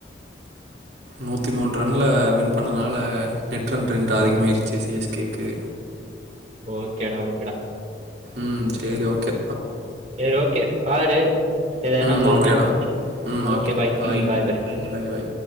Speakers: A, on the right; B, on the right.
A: நூத்தி மூணு ரன்ல வின் பண்ணனால நெட் ரன் ரென்ட் அதிகமாயிருச்சு சி எஸ் கேக்கு
B: ஓக்கேடா ஓக்கேடா
A: ம் சேரி ஓக்கே
B: சேரரி ஓக்கே பாரு எதனா
A: ம்
B: கூப்பிடு
A: ஓகேடா ம்
B: ஓக்கே
A: ஓகே
B: பாய் ம் பாய் பாய்
A: ம் பை பை பை